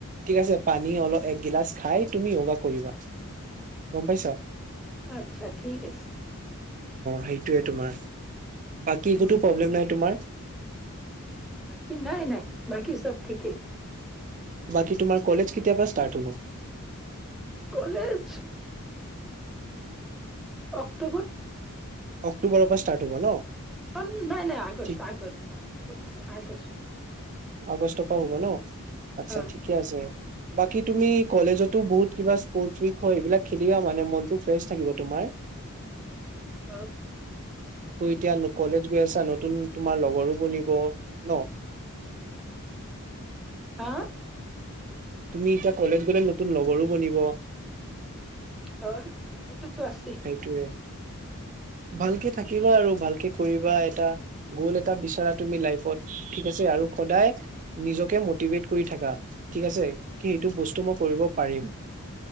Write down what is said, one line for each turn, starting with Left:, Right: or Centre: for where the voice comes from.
Right: ঠিক আছে পানী অলপ একগিলাচ খাই তুমি যোগা কৰিবা গম পাইছা অ
Centre: আচ্ছা ঠিক আছে
Right: সেই এইটোৱে তোমাৰ বাকী একোতো
Centre: উম
Right: প্ৰব্লেম নাই তোমাৰ
Centre: বাকী নাই নাই বাকি চব ঠিকেই
Right: বাকী তোমাৰ কলেজ কেতিয়াবা ষ্টাৰ্ট হব
Centre: কলেজ অক্টোবৰ
Right: অক্টোবৰৰ পৰা ষ্টাৰ্ট হব ন
Centre: অ নাই নাই আগষ্ট
Right: ঠিক
Centre: আগষ্ট অক্টোবৰ নহয় আগষ্ট
Right: আগষ্ট পৰা হ'ব ন আচ্ছা
Centre: হয়
Right: ঠিকে আছে বাকী তুমি কলেজতো বহুত কিবা স্পৰ্ট উইক হয় এইবিলাক খেলিবা মানে মনটো ফ্ৰেছ থাকিব তোমাৰ
Centre: উ
Right: তুমি এতিয়া কলেজ গৈ আছা নতুন তোমাৰ লগৰো বনিব ন
Centre: হা
Right: তুমি এতিয়া কলেজ গ'লে নতুন লগৰো বনিব
Centre: হয় তুৰটো আছে
Right: সেইটোয়ে ভালকে থাকিবা আৰু ভালকে কৰিবা এটা গ'ল এটা বিচাৰা তুমি লাইফত। ঠিক আছে আৰু সদায় নিজকে ম। মটিওৱেট কৰি থাকা ঠিক আছে। কি এইটো বস্তু মই কৰিব পাৰিম